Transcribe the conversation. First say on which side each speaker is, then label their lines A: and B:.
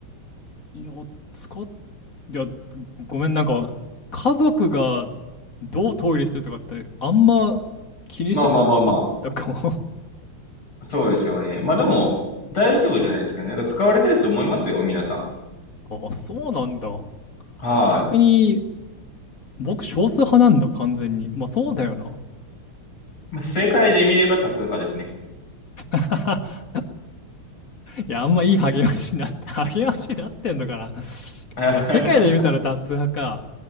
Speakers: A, on the left (about 40°); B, on the left (about 75°).
A: いや、使っ、いや、ごめん、なんか、家族がどうトイレしてるとかって、あんま気にしたことなかったかも。
B: まあまあまあまあ、そうですよね。まあでも、大丈夫じゃないですかね。なんか使われてると思いますよ、皆さん。
A: <laughs> あ、そうなんだ。
B: は
A: あ逆に、僕少数派なんだ、完全に。まあ、そうだよな。
B: い。まあ、世界で見れば多数派ですね。
A: <laughs> いや、あんまいい励ましになって、<laughs> 励ましになってんのかな。
B: <laughs>
A: まあ、世界で見たら多数派か。